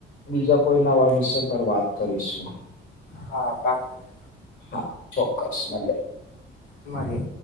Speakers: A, on the left (about 60°); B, on the left (about 80°).
A: બીજા કોઈ નવા વિષય પર વાત કરીશું
B: હા પણ
A: હા ચોક્કસ મળ
B: માે